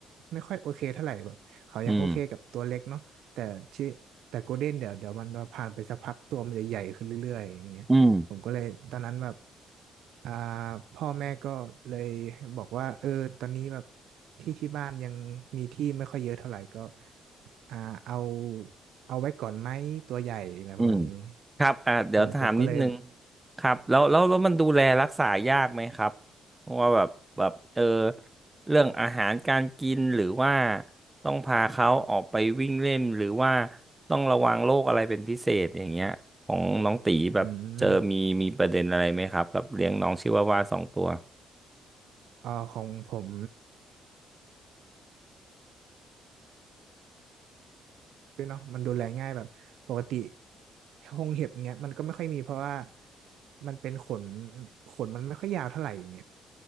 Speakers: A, on the right; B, on the right.
A: ไม่ค่อยโอเคเท่าไหร่แบบเขายังโอเคกับตัวเล็กเนาะแต่ชื่อแต่โกลเด้นเดี๋ยวเดี๋ยวมันผ่านไปสักพักตัวมันจะใหญ่ขึ้นเรื่อยๆอย่างเงี้ยผมก็เลยตอนนั้นแบบ
B: อืม อืม
A: อ่าพ่อแม่ก็เลยบอกว่าเออตอนนี้แบบที่ที่บ้านยังมีที่ไม่ค่อยเยอะเท่าไหร่ก็อ่าเอาเอาไว้ก่อนไหมตัวใหญ่อะไรประมาณนี้
B: อืมครับอ่าเดี๋ยวถามนิดนึง
A: ผมผมก็เลย
B: ครับแล้วแล้วแล้วมันดูแลรักษายากไหมครับเพราะว่าแบบแบบเออเรื่องอาหารการกินหรือว่าต้องพาเขาออกไปวิ่งเล่นหรือว่าต้องระวังโรคอะไรเป็นพิเศษอย่างเงี้ยของน้องตีแบบเจอมีมีประเด็นอะไรไหมครับกับเลี้ยงน้องชิวาวาสองตัว
A: อืมอ่าของผม ด้วยเนาะมันดูแลง่ายแบบปกติหงเห็บอย่างเงี้ยมันก็ไม่ค่อยมีเพราะว่ามันเป็นขนขนมันไม่ค่อยยาวเท่าไหร่อย่างเงี้ย